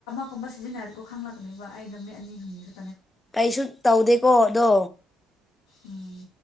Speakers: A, on the left; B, on the left.
A: ꯑꯀꯣ ꯁꯤꯖꯤꯟꯅꯔꯤ ꯀꯧꯕ ꯈꯥꯡꯛꯒꯅꯦꯕꯕꯥ ꯑꯩꯩꯅ ꯅꯨꯃꯤ ꯑꯅꯤ ꯍꯨꯝꯅꯤ ꯈꯦ
B: ꯀꯩꯁꯨ ꯇꯧꯗꯦꯀꯣ ꯑꯗꯣ
A: ꯎꯝ